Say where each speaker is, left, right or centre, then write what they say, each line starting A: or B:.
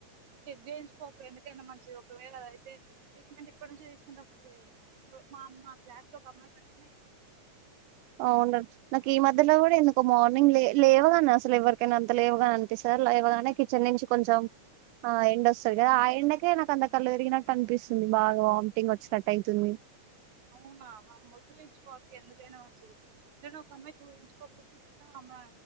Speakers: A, on the right; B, on the right.
A: చెక్ చేయించుకోక్క ఎందుకైనా మంచిది ఒకవేళ అద్ అయితే ట్రీట్మెంట్ ఇప్పటి నుంచి తీసుకుంటా మంచిది కదా ఒక్ మా అమ్మ క్లాస్ లో ఒక అమ్మాయి కి అట్నే అయింది
B: అవున నాకు ఈ మధ్యలో కూడా ఎందుకు మార్నింగ్ లే లేవగానే అసలు ఎవరికైనా అంత లేవుగానే అనిపిస్త అల్లా లేవగానే కిచెన్ నుంచి కొంచెం ఆ ఎండొస్తది కదా ఆ ఎండకే నాకు అంత కళ్ళలు తరిగినట్టు అనిపిస్తుంది బాగా వాంటింగ్ వచ్చినట్టు అయితుంది
A: అవునా వామ్మో చూయించుకో అక్క ఎందుకైనా మంచిది ఇటనే ఒక అమ్మాయి చూయించుకోపోతే మొత్తం ఆమె